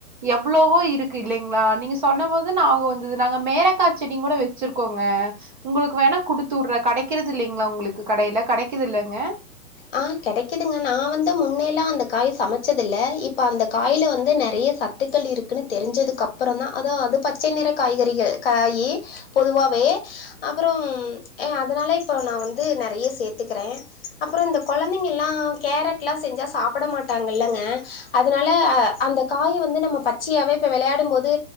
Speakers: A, on the right (about 30°); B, on the left (about 40°).
A: எவ்ளவோ இருக்கு இல்லைங்களா நீங்க சொன்னபோது ஞாபோ வந்தது நாங்க மேலக்கா செடி கூட வச்சிருக்கோங்க உங்களுக்கு வேணா குடுத்து வுடுற கடைக்கறது இல்லைங்களா உங்களுக்கு கடையில கடைக்குது இல்லங்க
B: ஆ கிடைக்குதுங்க நா வந்து முன்னேல்லா அந்த காய் சமைச்சது இல்ல இப்ப அந்த காயில வந்து நிறைய சத் கத்துக்கள் இருக்குன்னு தெரிஞ்சதுக்கப்புறதா அதா அது பச்சை நிற காய்கறிகள் காயி பொதுவாவே அப்புறோ அதனால இப்ப நா வந்து நறைய சேத்துக்கறே அப்றோ இந்த கொழந்தைங்கல்லா கேரட்லா செஞ்சா சாப்ட மாட்டாங்கல்லங்க அதனால அ அந்த காய வந்து நம்ம பச்சையாவே இப்ப வெளயாடும் போது